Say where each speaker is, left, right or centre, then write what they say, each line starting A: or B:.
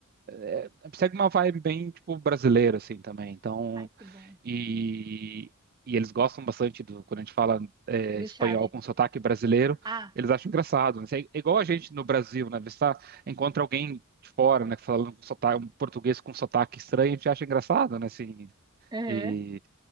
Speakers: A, on the right; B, on the right.
A: É, segue uma vibe bem, tipo, brasileira, assim, também. Então,
B: Ai, que bom.
A: E, e eles gostam bastante do, quando a gente fala é,
B: Do
A: espanhol
B: Chaves.
A: com sotaque brasileiro,
B: Ah,
A: eles acham engraçado. né? É igual a gente no Brasil, né? Você tá- encontra alguém de fora, né, falando com sotaque, um português com sotaque estranho, a gente acha engraçado, né? Assim,
B: uhum.
A: e,